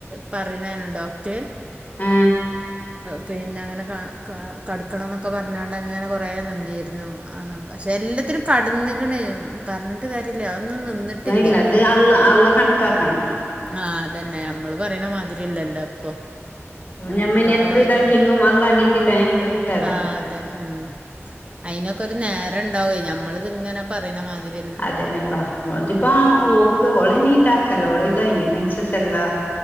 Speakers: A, on the right (about 25°); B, on the left (about 40°).
A: പറയ്ണാണ് ഡോക്റ്റ്
B: ഏ
A: പിന്നെ അങ്ങനെ ക ക കടുക്കണംന്നൊക്കെ പറഞ്ഞാണ്ട്ങ്ങനെ കുറേ നിന്നിരുന്നു അ പക്ഷെ എല്ലാത്തിനും കടന്ന്ക്ണ് പറ ഞ്ഞിട്ട് കാര്യല്ല ഒന്നും നിന്നിട്ടില്ല
B: ഇല്ല അത് അള്ള അള്ള കണക്കാക്കണം
A: ആഹ് അതന്നെ നമ്മള് പറയണ മാതിരില്ലല്ലോ ഇപ്പൊ
B: ഞമ്മന്
A: ഒക്കെ
B: എത്ര
A: ഒരു
B: ഇതാക്കിയെങ്ങും അള്ളാ <unintelligible> നമക്ക് കിട്ടേലാ
A: ആഹ് അതന്നെ ഉം അയിനൊക്കെ ഒരു നേരം ഇണ്ടാവേ നമ്മളിത് ഇങ്ങനെ പറയുന്ന മാതി-
B: അതേനപ്പാ ഉദിപ്പാ ഓക്ക് ഒളെ നീട്ട ആക്കല്ല ഒളതായിന് മൻസസ് എല്ലാ